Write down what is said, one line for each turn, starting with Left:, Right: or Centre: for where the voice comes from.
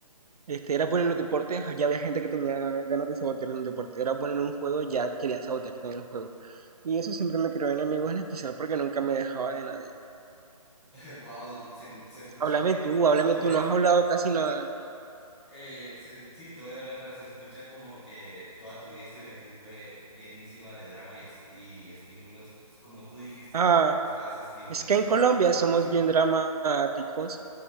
Right: Este, era bueno en los deportes, ya había gente que tenía ganas de sabotear en el deporte, era bueno en un juego, ya quería sabotearte en el juego. Y eso siempre me creó enemigos, en especial porque nunca me dejaba de nadie.
Centre: <laughs> Wow, se, se escucha
Right: Háblame
Centre: que
Right: tú,
Centre: toda
Right: háblame
Centre: tu
Right: tú,
Centre: vez,
Right: no has hablado casi nada.
Centre: eh, se- sí, te voy a hablar, pero se escucha como que toda tu vida estudiantil fue llenísima de drama y, es- y estímulos. Como tú dijiste,
Right: Ah.
Centre: buscabas estímulos,
Right: Es que
Centre: sí,
Right: en Colombia
Centre: se escucha muy
Right: somos
Centre: chingón.
Right: bien dramáticos.